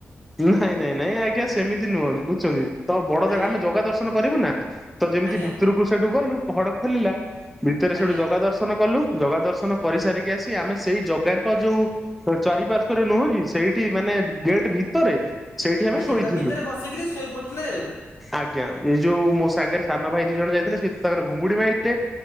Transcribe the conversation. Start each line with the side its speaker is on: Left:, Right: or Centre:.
Centre: ନାଇଁ ନାଇଁ ନାଇଁ ଆଜ୍ଞା ସେମିତି ନୁହନ୍ତି ବୁଝୁଛନ୍ତି ତ ବଡ
Left: ଆଜ୍ଞା
Centre: ଆମେ ଜଗା ଦର୍ଶନ କରିବୁ ନା। ତ ଯେମିତି
Left: ଆଜ୍ଞା
Centre: ଭିତରକୁ ସେଠୁ ଗଲୁ ପହଡ ଖୋଲିଲା ଭିତରେ
Left: ଆଜ୍ଞା
Centre: ସେଠୁ ଜଗା ଦର୍ଶନ କଲୁ। ଜଗା ଦର୍ଶନ କରିସାରିକି
Left: ଆଜ୍ଞା
Centre: ଆସି ଆମେ ସେଇ ଜଗାଙ୍କ ଯୋଉ ଚାରିପାର୍ଶ୍ଵରେ ନୁହଁ କି ସେଇଠି ମାନେ ଗେଟ ଭିତରେ ସେଇଠି ଆମେ
Left: ଆଜ୍ଞା
Centre: ଶୋଇଥିଲୁ
Left: ତା ଭିତରେ ବସିକିରି ଶୋଇ ପଡିଥିଲେ
Centre: ଆଜ୍ଞା ଏ ଯୋଉ ମୁ
Left: ଆଉ
Centre: ସାନ ଭାଇ ଦି ଜଣ ଯାଇଥିଲେ ସେ ତାଙ୍କର ଘୁଙ୍ଗୁଡି ମାଇଲେ